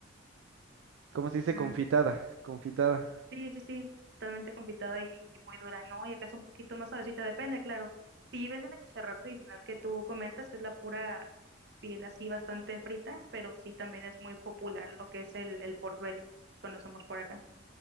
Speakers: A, on the right; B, on the right.
A: ¿cómo se dice?
B: Ah.
A: Confitada, confitada.
B: Sí, sí, sí, totalmente confitada y, y muy dura, ¿no? Y acá es un poquito más suavecita, depende, claro. Sí venden el chicharrón tradicional que tú comentas, que es la pura piel así bastante frita, pero sí también es muy popular lo que es el, el pork belly, conocemos por acá.